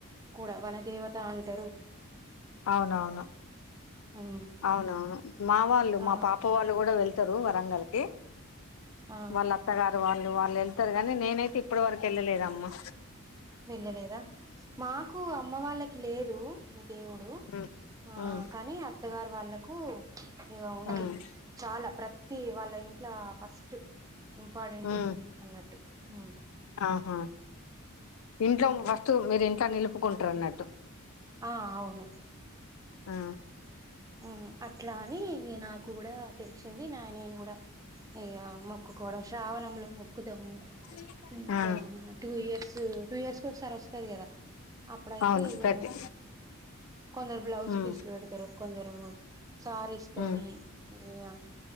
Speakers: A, on the right (about 15°); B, on the left (about 70°).
A: కూడ వాళ్ల దేవత్ త అంటరు
B: అవునవును
A: ఉమ్
B: అవునవును మా వాళ్ళు
A: ఆ
B: మా పాప వాళ్ళు కూడా వెళ్తరు వా బంగల్కి
A: ఆ
B: వాళ్ళ అత్తగా వాళ్ళు వాళ్ళు వెళ్తరు గాని నేనైతే ఇప్పటి వరకు వెళ్ళలేదమ్మ
A: వెళ్ళలేదా మాకు అమ్మ వాళ్ళ లేదు ఈ దేవుడు
B: ఉమ్
A: ఆ
B: ఉమ్
A: కాని అత్తగారు వాళ్ళక్ పు ఇగ ఉంది
B: ఉమ్
A: చాలా ప్రతి వాళ్ళ ఇంట్లో ఫస్ట్ ఇంపార్టెంట్
B: ఉమ్,
A: అన్నట్టు హ్మ్
B: ఆహా ఇంట్లోను వస్తు మీరిన్ అంత నిలుపుకుంటున్నట్టు
A: ఆ అవును
B: ఆ
A: ఉహు ఆ ఇట్లా అని నాకు కూడా తెలిసింది నా నేను కూడా ఇగ మొక్కుకోవడం శ్రావణంలో మొక్కుదము
B: ఆ
A: ఇంకా
B: ఆ
A: టూ ఇయర్స్ టూ ఇయర్స్ కు ఒకసారి వస్తు ఉంటాది కదా అప్పుడు అయితే
B: అవును
A: ఈగ
B: ప్రతి
A: కొందరు బ్లౌజ్
B: ఉమ్
A: పీస్లు పెడతారు ఓ సారీస్ కొని
B: ఉమ్
A: ఏయా